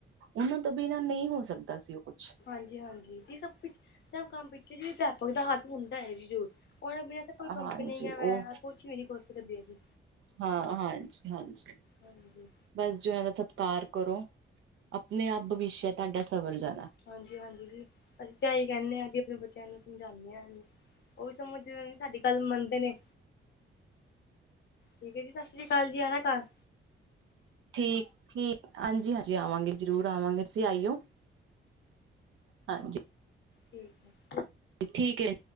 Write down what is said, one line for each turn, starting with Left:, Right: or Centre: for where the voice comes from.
Right: ਓਨਾ ਤੋਂ ਬਿਨਾਂ ਨਈਂ ਹੋ ਸਕਦਾ ਸੀ ਓ ਕੁਛ।
Left: ਹਾਂਜੀ, ਹਾਂਜੀ। ਜੀ ਸਭ, ਸਭ ਕੰਮ ਪਿੱਛੇ ਜੀ ਅਧਿਆਪਕ ਦਾ ਹੱਥ ਹੁੰਦਾ ਐ ਜੀ ਜ਼ਰੂਰ, ਓਨਾਂ ਬਿਨਾਂ ਕੋਈ ਕੰਪਨੀ
Right: ਹਾਂਜੀ
Left: ਵਗੇ
Right: ਉਹ
Left: ਕੁੱਛ ਵੀ ਨੀਂ ਕਰ ਸਕਦੇ ਅਸੀਂ।
Right: ਹਾਂ, ਹਾਂਜੀ, ਹਾਂਜੀ।
Left: ਹਾਂਜੀ।
Right: ਬਸ ਜੀ ਇਨ੍ਹਾਂ ਦਾ ਸਤਿਕਾਰ ਕਰੋਂ। ਅਪਣੇ ਆਪ ਭਵਿੱਸ਼ਯ ਤਾਡਾ ਸਵਰ ਜਾਣਾ।
Left: ਹਾਂਜੀ, ਹਾਂਜੀ ਜੀ, ਅਸੀਂ ਤੇ ਏਹੀ ਕੈਂਣੇ ਆਂ ਕਿ ਆਪਣੇ ਬੱਚਿਆਂ ਨੂੰ ਸਮਝਾਣੇ ਆਂ ਓ ਵੀ ਸਮਝ ਜਿਵੇਂ ਸਾਡੀ ਗੱਲ ਮੰਨਦੇ ਨੇਂ। ਠੀਕ ਐ ਜੀ ਸਤਿ ਅਕਾਲ ਜੀ। ਆਨਾ ਘਾਰ।
Right: ਠੀਕ, ਠੀਕ ਹਾਂਜੀ- ਹਾਂਜੀ ਆਵਾਂਗੇ ਜਰੂਰ ਆਵਾਂਗੇ ਤੁਸੀਂ ਆਈਓ। ਹਾਂਜੀ
Left: ਠੀਕ ਹੈ
Right: ਠੀਕ ਏ